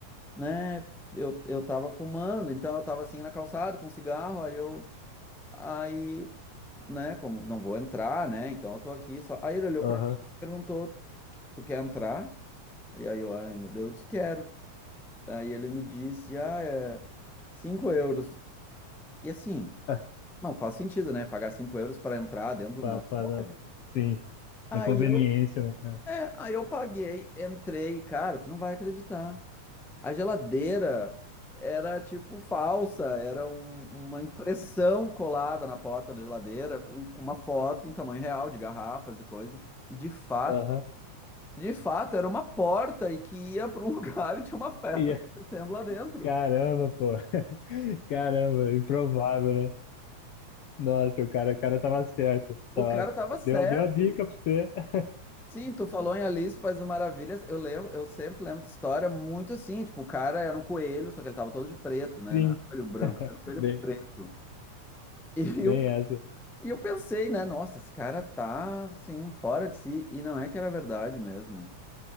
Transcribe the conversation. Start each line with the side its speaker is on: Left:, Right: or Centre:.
Centre: né? Eu, eu tava fumando, então eu tava assim na calçada com cigarro, aí eu, aí, né, como não vou entrar, né? Então eu tô aqui só. Aí ele olhou
Left: Aham.
Centre: pra mim e perguntou: Tu, tu quer entrar? E aí eu, ai meu Deus, eu disse: Quero. Aí ele me disse: Ah, é 5 euros. E assim,
Left: Ah,
Centre: não faz sentido, né? Pagar 5 euros pra entrar dentro de
Left: pa-
Centre: uma
Left: pa-
Centre: loja.
Left: na- Sim,
Centre: Aí
Left: na conveniência,
Centre: eu
Left: né? É.
Centre: Aí eu paguei, entrei, cara, tu não vai acreditar. A geladeira era tipo falsa, era um- uma impressão colada na porta da geladeira com, com uma foto em tamanho real de garrafas e coisas. E de fato,
Left: Aham.
Centre: de fato, era uma porta e que ia para um <laughs> lugar e tinha uma festa
Left: E,
Centre: acontecendo lá dentro.
Left: caramba, pô. <laughs> Caramba, improvável, né? Nossa, o cara, o cara tava certo.
Centre: O
Left: Tava,
Centre: cara tava certo.
Left: deu, deu a dica pra você. <laughs>
Centre: Sim, tu falou em Alice País das Maravilhas. Eu lembro, eu sempre lembro dessa história muito assim. Tipo, o cara era um coelho, só que ele tava todo de preto, né?
Left: Sim,
Centre: Não era um coelho branco, era um coelho
Left: bem,
Centre: preto. E <laughs>
Left: bem
Centre: eu,
Left: essa.
Centre: e eu pensei, né? Nossa, esse cara tá assim, fora de si. E não é que era verdade mesmo.